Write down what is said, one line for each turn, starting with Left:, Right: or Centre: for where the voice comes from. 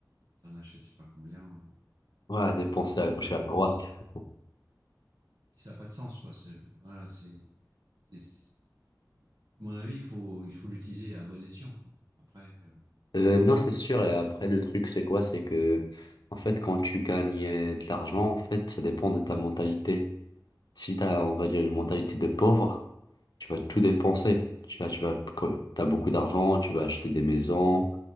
Right: et t'en achètes je sais pas combien, euh, bon,
Left: ouais, à dépenser
Right: et
Left: à gauche
Right: ça a pas
Left: et à droite.
Right: de sens.
Left: <laughs>
Right: Puis ça a pas de sens quoi. C'est voilà, c'est c'est c'est- à mon avis il faut il faut l'utiliser à bon escient quoi. Après euh,
Left: Euh, non, c'est sûr. Et après, le truc, c'est quoi? C'est que, en fait, quand tu gagnes euh, de l'argent, en fait, ça dépend de ta mentalité. Si t'as, on va dire, une mentalité de pauvre, tu vas tout dépenser. Tu vas, tu vas, co- t'as beaucoup d'argent, tu vas acheter des maisons,